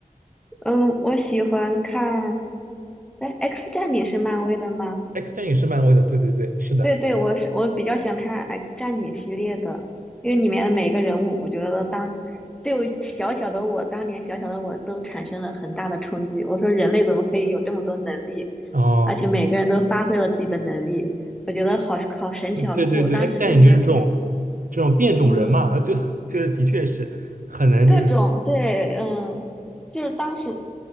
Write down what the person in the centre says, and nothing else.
嗯，我喜欢看，哎，《X 战警》是漫威的吗？
对对，我是我比较喜欢看《X 战警》系列的，因为里面的每个人物，我觉得当对我小小的我，当年小小的我都产生了很大的冲击。我说人类怎么可以有这么多能力，
而且每个人都发挥了自己的能力，我觉得好好神奇，
好酷。当时就是
嗯，
各种对，嗯，就是当时